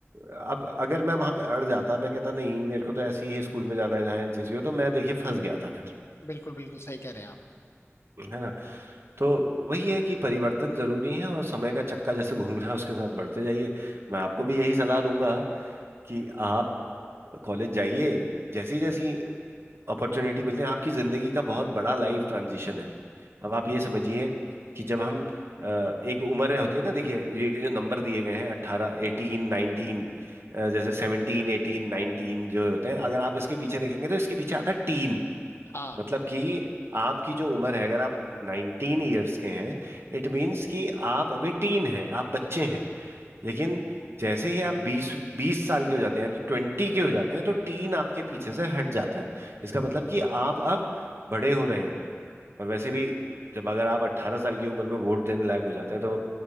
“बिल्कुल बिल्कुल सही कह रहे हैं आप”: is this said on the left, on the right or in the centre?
Left